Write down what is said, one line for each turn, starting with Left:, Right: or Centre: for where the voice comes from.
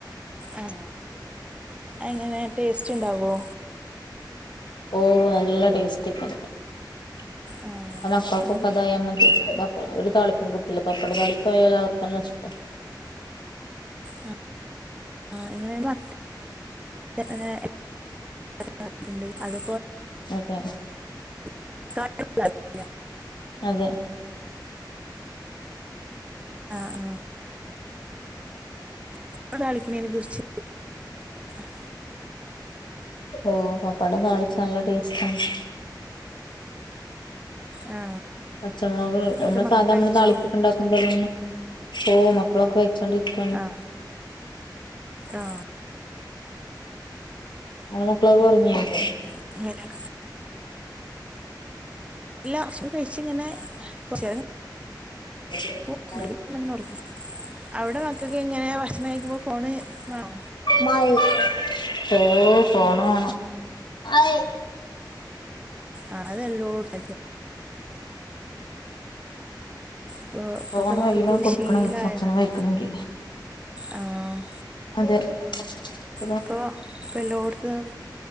Right: ആ എങ്ങനെ ടേസ്റ്റ് ഉണ്ടാവോ
Left: ഓ നല്ല ടേസ്റ്റി <unintelligible>
Right: ആ
Left: മക്കക്കും
Right: അങ്ങ-
Left: ഇപ്പം അതായ മതി <unintelligible> അവര് താളിപ്പും കൂട്ടൂല്ല പപ്പട താളിപ്പായാൽ അവർക്കും നഷ്ടാ
Right: അ ആ ഇങ്ങനെ <inaudible> <unintelligible> ഇണ്ട് അത്
Left: അതെ
Right: <inaudible>
Left: അതെ
Right: ആ ആ <unintelligible> കളിക്കണേന കുറിച്ച് <inaudible>
Left: ഓ പപ്പടം താളിച്ച നല്ല ടേസ്റ്റാണ്
Right: ആ
Left: പച്ചമുളക് നമ്മള്
Right: എന്നിട്ട് മക്കള്
Left: സാധാ നമ്മള്
Right: കഴിച്ചോ
Left: താളിപ്പൊക്കെ ഉണ്ടാക്കും പോലെ തന്നെ പോ മക്കളൊക്കേ <unintelligible> നിക്കാണ്
Right: ആ ആ
Left: ഇങ്ങള മക്കളൊക്കെ ഉറങ്ങിയോ അല്ലേ
Right: എങ്ങനെ ഇല്ല ഭക്ഷണം കഴിച്ച് ഇങ്ങനെ കുറച്ച് നേരം
Left: <inaudible>
Right: കിടക്കും എന്നിട്ട് പിന്നെ പകല് അങ്ങനെ ഉറങ്ങും അവിടെ മക്കൾക്ക് എങ്ങനെ ഭക്ഷണം കഴിക്കുമ്പോ ഫോണ് വേണോ
Left: മൈ ഓ ഫോണാണ് ഐ
Right: ആ അതെല്ലോ <unintelligible> ഇപ്പോ ഇപ്പഴ്ത്ത
Left: ഫോണ്
Right: മക്കക്കൊരു
Left: കയ്യിലാണ്ട് കൊടുക്കണം
Right: ശീലായതാണ്
Left: ഭക്ഷണം കഴിക്കണെങ്കി
Right: ആഹ്
Left: <inaudible>
Right: അപ്പൊ ഇപ്പോ എല്ലോട്ത്തും